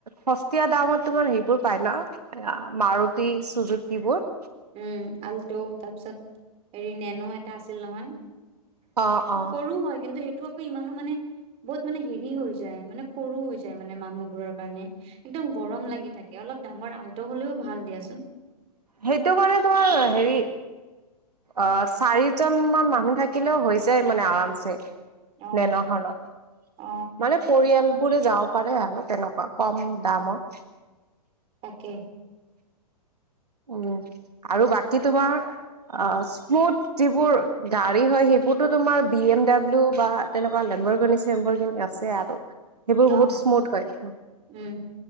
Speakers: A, on the right (about 75°); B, on the right (about 30°).
A: সস্তিয়া দামত তোমাৰ হেইবোৰ পাই ন মাৰুতি চুযুক্তিবোৰ
B: উম আলট তাৰপিছত হেৰি নেনো এটা আছিল নহয়।
A: উম
B: কৰো হয় কিন্তু সেইটো আকৌ ইমানো মানে বহুত মানে হেৰি হৈ যায় মানে সৰু হৈ যায় মানে মানুহবোৰৰ কাৰণে। একদম গৰম লাগি থাকে অলপ ডাঙৰ আলটো হলেও ভাল দিয়াচোন।
A: সেইটো মানে তোমাৰ হেৰি। অ চাৰিজন মান মানুহ থাকিলেও হৈ যায় মানে আৰামছে
B: অ
A: নেনখনত
B: অ
A: মানে পৰিয়াল পুৰে যাব পাৰে আৰু তেনেকোৱা কম দামত।
B: তাকে।
A: উম আৰু বাকী তোমাৰ অ স্মুথ যিবোৰ গাড়ী হয় সেই হেতো তোমাৰ বি এম ডাব্লিউ বা তেনেকোৱা লেম্বৰ গিনি চেম্বৰ গিনি আছে আৰু সেইবোৰ
B: অ
A: বহুত স্মুথ হয়
B: উম